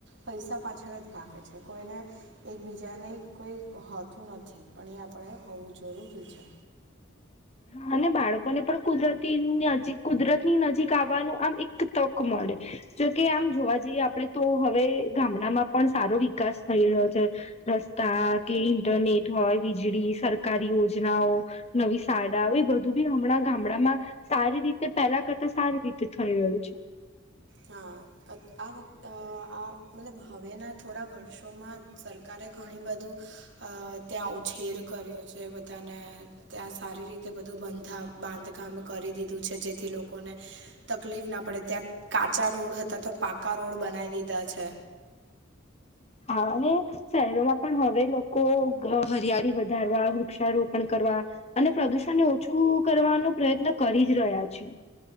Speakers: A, on the right; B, on the left.
A: પૈસા પાછળ જ ભાગે છે કોઈને એકબીજાને કોઈ હોતું નથી પણ એ આપણે હોવું જરૂરી છે.
B: હા અને બાળકોને પણ કુદરતી નજીક કુદરતની નજીક આવવાનું આમ એક તક મળે જોકે આમ જોવા જઈએ આપડણે તો હવે ગામડામાં પણ સારો વિકાસ થઈ રહ્યો છે. રસ્તા કે ઇન્ટરનેટ હોય વીજળી સરકારી યોજનાઓ નવી સાડાઓ બધું બી એ બી હમણાં ગામડામાં સારી રીતે પહેલા કરતા સારી રીતે થઈ રહ્યું છે.
A: હા. આ આ મતલબ હવેના થોડા વર્ષોમાં સરકારે ઘણી બધું અ ત્યાં ઉછેર કર્યો છે બધાને ત્યાં સારી રીતે બધુંંધામ બાંધકામ કરી દીધું છે જેથી લોકોને તકલીફ ના ત્યાં કાચા રોડ હતા તો પાકા રોડ બનાવી દીધા છે.
B: હા અને શહેરોમાં પણ હવે લોકો હરિયાળી વધારવા વૃક્ષારોપણ કરવા. અને પ્રદુષણને ઓછું કરવાનો પ્રયત્ન કરી જ રહ્યા છે.